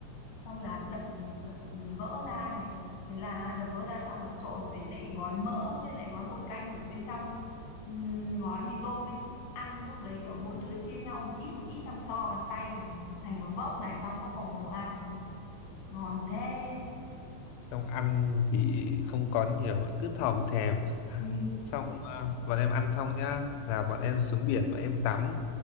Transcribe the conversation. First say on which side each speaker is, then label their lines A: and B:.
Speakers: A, on the left (about 70°); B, on the left (about 90°).
A: xong là đập đập vỡ ra này thế là đập vỡ ra xong là trộn với lại gói mỡ với lại gói bột canh ở bên trong ừm, gói mì tôm ấy ăn lúc đấy kiểu mỗi đứa chia nhau một ít một ít xong cho vào tay này một, thành một vốc này xong vốc vào mồm ăn ôi ngon thế
B: Xong ăn thì không có nhiều cứ thòm thèm
A: ừ.
B: xong à, bọn em ăn xong nhá là bọn em xuống biển bọn em tắm